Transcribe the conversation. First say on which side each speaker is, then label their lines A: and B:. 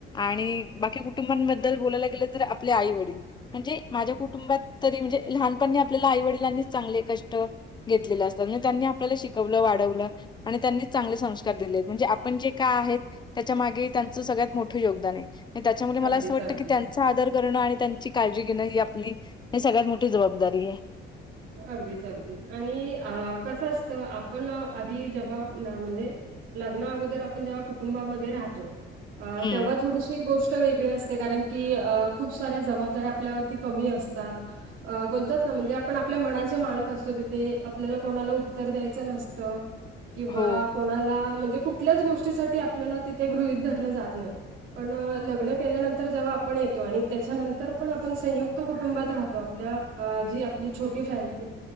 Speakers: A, on the left; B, on the right.
A: आणि बाकी कु कुटुंबांबद्दल बोलायला गेलं तर आपले आई वडील म्हणजे माझ्या कुटुंबात तरी म्हणजे लहानपणी आपल्याला आई वडिलांनीच चांगले कष्ट घेतलेल असत म्हणजे त्यांनी आपल्याला शिकवलं वाढवलं आणि त्यांनीच चांगले संस्कार दिलेत म्हणजे आपण जे काय आहेत त्याच्या मागे त्यांचं सगळ्यात मोठं योगदानय नि त्याच्यामुळे मला
B: अगदीच
A: असं वाटतं
B: अगदीच
A: की त्यांच आदर करणं आणि त्यांची काळजी घेणं ही आपली ही सगळ्यात मोठी जबाबदारीये.
B: अगदीच अगदीच आणि अ कसं असतं आपण आधी जेव्हा ना म्हणजे लग्ना अगोदर आपण जेव्हा कुटुंबामध्ये राहतो अ
A: हं.
B: तेव्हा थोडीशी गोष्ट ष्ट वेगळी असते कारण की खूप साऱ्या जबाबदऱ्या आपल्यावरती कमी असतात. अ बोलतात ना म्हणजे पण आपल्या मनाचे मालक असतो तिथे आपल्याला कोणाला उत्तर द्यायचं नसतं. किंवा
A: हो,
B: कोणाला म्हणजे कुठल्याच गोष्टीसाठी आपल्याला तिथे गृहित धरलं जात नाय. पण लग्न केल्यानंतर जेव्हा आपण येतो आणि त्याच्यानंतर पण आपण संयुक्त कुटुंबात राहतो आपल्या अ जी पली छोटी फॅमिली